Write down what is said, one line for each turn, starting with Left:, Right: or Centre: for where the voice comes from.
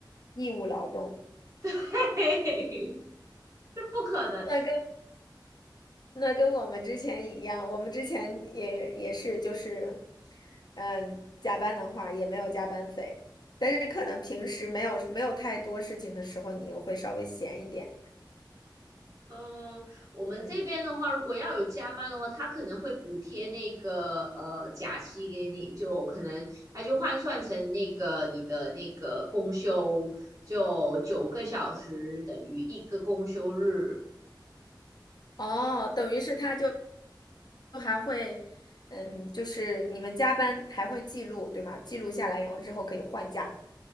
Left: 义务劳动？
Right: <laughs> 嘿嘿嘿，<laughs> 这不可能。
Left: 那跟那跟我们之前一样，我们之前也也是就是嗯加班的话也没有加班费，但是可能平时没有没有太多事情的时候，你又会稍微闲一点。
Right: 嗯，我们这边的话，
Left: 嗯，
Right: 如果要有加班的话，他可能会补贴那个呃假期给你，就可能他就换算成那个你的那个公休，就九个小时等于一个公休日。
Left: 哦，等于是他就还会，嗯，就是你们加班还会记录，对吗？记录下来，然后之后可以换假。